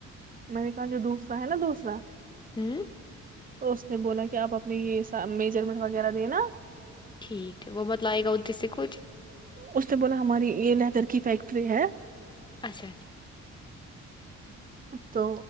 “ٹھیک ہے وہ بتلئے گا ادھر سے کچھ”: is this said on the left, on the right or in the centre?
Left